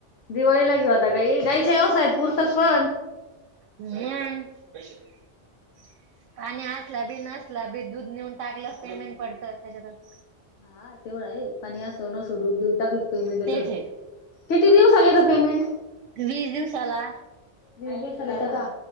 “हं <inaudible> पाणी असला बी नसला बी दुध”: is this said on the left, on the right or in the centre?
Right